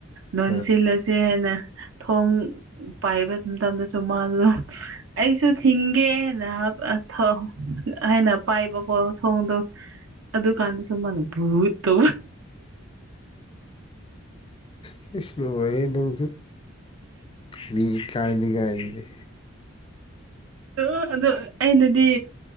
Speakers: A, on the right; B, on the left.
A: ꯂꯣꯟꯁꯤ
B: ꯑꯥ ꯁꯤꯜꯂꯁꯦ ꯍꯥꯏꯅ ꯊꯣꯡ
A: ꯂꯁꯤ ꯍꯥꯏꯅ ꯊꯣꯡ ꯄꯥꯏꯕ ꯃꯇꯝꯗꯁꯨ ꯃꯥꯗꯣ ꯑꯩꯁꯨ ꯍꯒꯦ ꯅ ꯑꯊꯣ ꯍꯥꯏꯅ ꯄꯥꯏꯕꯀꯣ ꯊꯣꯡꯗꯣ ꯑꯗꯨꯀꯥꯟꯗꯁꯨ ꯃꯥꯅ ꯚꯨꯠ ꯇꯨ
B: ꯁꯤ ꯁꯤꯅꯥ ꯅꯪꯁꯨ ꯃꯤ ꯏꯀꯥꯏꯅꯤ ꯀꯥꯏꯗꯅꯤ
A: ꯑ ꯑꯗꯨ ꯑꯩꯅꯗꯤ